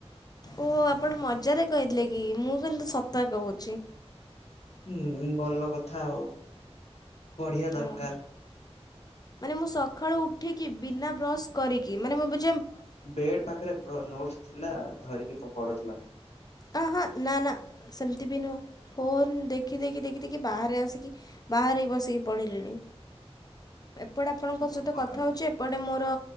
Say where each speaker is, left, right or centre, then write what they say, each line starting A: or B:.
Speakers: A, on the left; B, on the left.
A: ଓ ଆପଣ ମଜାରେ କହିଥିଲେ କି ମୁଁ କିନ୍ତୁ ସତ କହୁଛି।
B: ଉଁହୁଁ ଭଲ କଥା ଆଉ ପଢ଼ିବା ଦରକାର୍।
A: ଓହୋ, ମାନେ ମୁଁ ସଖାଳୁ ଉଠିକି ବିନା ବ୍ରସ୍ କରିକି ମାନେ ମୁଁ ବି
B: ବେଡ଼୍ ପାଖରେ ପ ନୋଟ୍ସ୍ ଥିଲା ଧରିକି ପ ପଢ଼ୁଥିଲା।
A: ଆଁ ହାଁ ନା ନା ସେମିତି ବି ନୁହଁ ଫୋନ୍ ଦେଖି ଦେଖି ଦେଖି ଦେଖି ବାହାରେ ଆସିକି ବାହାରେ ବସିକି ପଢ଼ିଲିଣି।
B: <inaudible>
A: ଏପଡ଼େ ଆପଣଙ୍କ
B: ଭଗବାନ।
A: ସହିତ କଥା ହଉଛି ଏପଡ଼େ ମୋର